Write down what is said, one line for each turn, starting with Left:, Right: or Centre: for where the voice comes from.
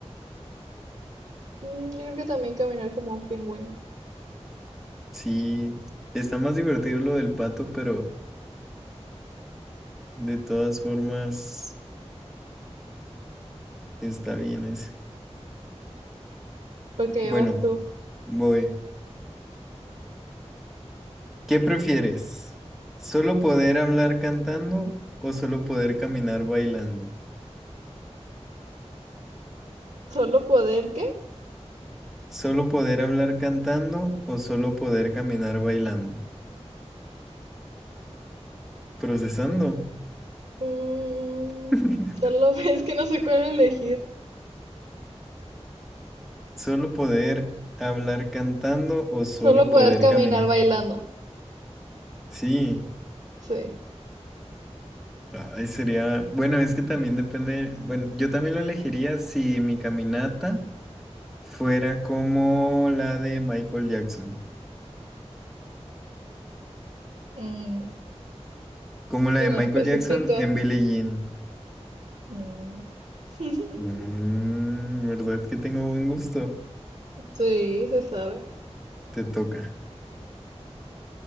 Right: Mm, Yo creo que también caminar como un pingüino.
Centre: Sí, está más divertido lo del pato, pero de todas formas está bien eso.
Right: Porque
Centre: Bueno,
Right: vas tú.
Centre: voy. ¿Qué prefieres? ¿Solo poder hablar cantando o solo poder caminar bailando?
Right: ¿Solo poder qué?
Centre: ¿Solo poder hablar cantando o solo poder caminar bailando? Procesando.
Right: Mm,
Centre: <laughs>
Right: solo <laughs> es que no sé cuál elegir.
Centre: ¿Solo poder hablar cantando o solo
Right: Solo
Centre: poder
Right: poder caminar
Centre: caminar?
Right: bailando.
Centre: Sí.
Right: Sí.
Centre: Ay, sería, bueno, es que también depende, bueno, yo también lo elegiría si mi caminata fuera como la de Michael Jackson,
Right: Mm,
Centre: como la
Right: Pues
Centre: de
Right: no
Centre: Michael
Right: especifica.
Centre: Jackson en Billie Jean.
Right: Mm. <laughs>
Centre: Mm, ¿verdad que tengo buen gusto?
Right: Sí, se sabe.
Centre: Te toca.